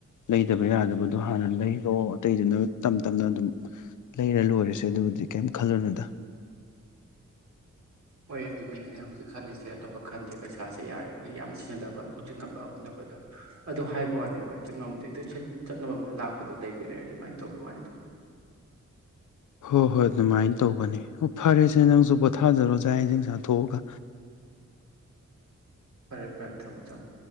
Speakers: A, on the left (about 80°); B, on the right (about 65°).
A: ꯂꯩꯇꯕ ꯌꯥꯗꯕꯗꯣ ꯍꯥꯟꯅ ꯂꯩ ꯂ ꯑꯇꯩꯗꯨꯅ ꯇꯞ ꯇꯞꯅ ꯑꯗꯨꯝ ꯂꯩꯔ ꯂꯣꯏꯔꯁꯦ ꯑꯗꯨꯕꯨꯗꯤ ꯀꯔꯤꯝ ꯈꯜꯂꯨꯅꯨꯗ
B: ꯍꯣꯏ ꯑꯗꯨꯅꯤ ꯑꯩꯅ ꯍꯧꯖꯤꯛ ꯈꯜꯂꯤꯁꯦ ꯑꯇꯣꯞꯄ ꯈꯟꯗꯦ ꯄꯩꯁꯥꯁꯦ ꯌꯥꯔꯉꯩ ꯌꯥꯝꯅ ꯁꯤꯖꯤꯟꯅꯗꯕ ꯇꯨꯡꯁꯤꯟꯅꯕ ꯍꯣꯠꯅꯕꯗ ꯑꯗꯨꯗ ꯍꯥꯏꯕ ꯋꯥꯅꯦꯕ ꯏꯛꯇꯪ ꯉꯝꯗꯦ ꯍꯦ ꯆꯠꯅꯕ ꯑꯃꯅ ꯂꯥꯛꯄꯗꯣ ꯂꯩꯕꯨ ꯂꯩꯔꯦ ꯑꯗꯨꯃꯥꯏꯅ ꯇꯧꯕꯤ ꯋꯥꯅꯤꯗ
A: ꯍꯣꯏ ꯍꯣꯏ ꯑꯗꯨꯃꯥꯏꯅ ꯇꯧꯕꯅꯦ ꯑꯣ ꯐꯔꯦꯁꯦ ꯅꯪꯁꯨ ꯄꯣꯊꯥꯖꯔꯣ ꯆꯥꯛ ꯌꯦꯟꯁꯤꯡ ꯆꯥꯊꯣꯛꯑꯒ
B: ꯐꯔꯦ ꯐꯔꯦ ꯊꯝꯃꯣ ꯊꯝꯃꯣ